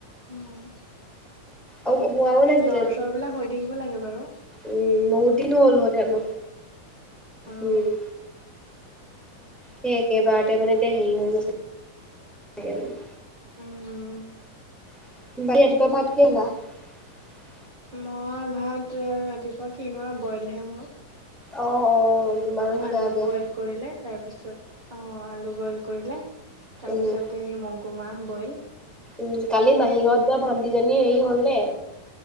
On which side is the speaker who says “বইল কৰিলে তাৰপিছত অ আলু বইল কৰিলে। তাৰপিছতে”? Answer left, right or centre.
Right